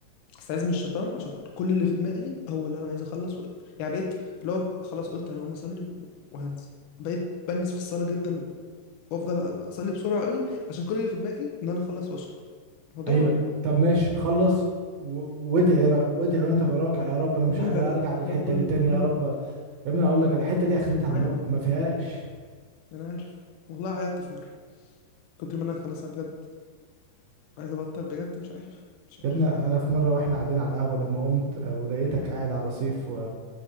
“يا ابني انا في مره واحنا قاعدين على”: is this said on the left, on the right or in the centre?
Right